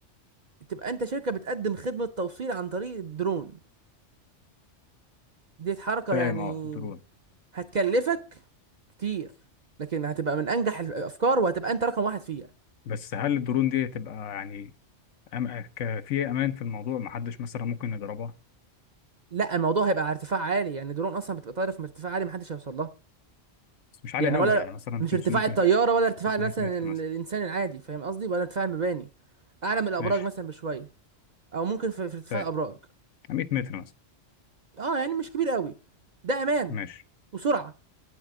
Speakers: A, on the right; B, on the left.
A: تبقى انت شركه بتقدم خدمه توصيل عن طريق الدرون دي حركه
B: فاهم
A: يعني
B: اه درون
A: هتكلفك كتير لكن هتبقى من انجح الافكار وهتبقى انت رقم واحد فيها
B: بس هل الدرون دي تبقى يعني أم... ك... في امان في الموضوع ما حدش مثلا ممكن يضربها
A: لا الموضوع هيبقى على ارتفاع عالي يعني درون اصلا بتبقى طايره في ارتفاع عالي محدش هيوصل لها
B: بس مش عالية
A: يعني
B: قوي
A: ولا
B: يعني مثلا
A: مش
B: 500
A: ارتفاع الطياره
B: متر
A: ولا ارتفاع
B: 300
A: مثلا
B: متر
A: ال-
B: مثلا
A: الانسان العادي فاهم قصدي ولا ارتفاع المباني اعلى من الابراج
B: ماشي
A: مثلا بشويه او ممكن في في ارتفاع
B: فاهم
A: الابراج
B: 100 متر مثلا
A: اه يعني مش كبير قوي ده امان
B: ماشي
A: وسرعه